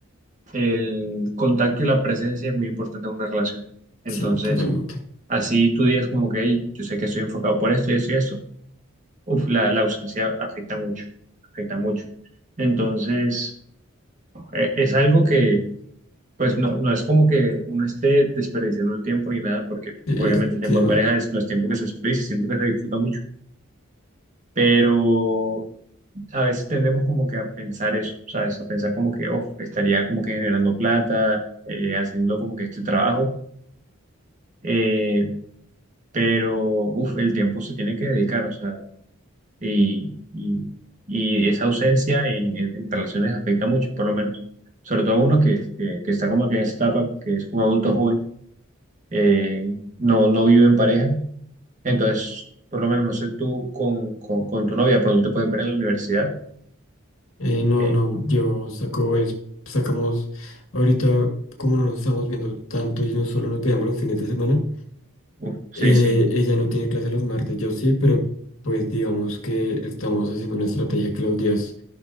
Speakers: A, on the right (about 35°); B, on the left (about 80°).
A: el contacto y la presencia es muy importante en una relación. Entonces,
B: Sí, totalmente.
A: así tú digas como que, "Ey, yo sé que estoy enfocado por esto y eso y eso. Uf, la, la ausencia afecta mucho, afecta mucho. Entonces, eh, es algo que Pues no, no es como que uno esté desperdiciando el tiempo ni nada, porque pues,
B: El
A: obviamente el tiempo
B: tema.
A: en pareja es, no es tiempo que se desperdicia, siento que se disfruta mucho, pero a veces tendemos como que a pensar eso, ¿sabes? A pensar como que, oh, estaría como que generando plata, eh, haciendo como que este trabajo, eh, pero, uff, el tiempo se tiene que dedicar, o sea, y, y, y esa ausencia en, en- en relaciones afecta mucho, por lo menos, sobre todo a uno que, que, que está como que en esa etapa, que es un adulto joven eh, no, no vive en pareja. Entonces, por lo menos, no sé, tú con, con, con tu novia, pronto te puedes ver en la universidad.
B: eh, no,
A: Eh,
B: no, yo saco es, sacamos ahorita, como no nos estamos viendo tanto y no solo nos veamos los fines de semana,
A: uf, sí,
B: eh,
A: sí,
B: ella no tiene clase los martes, yo sí, pero pues digamos que estamos haciendo una estrategia que los días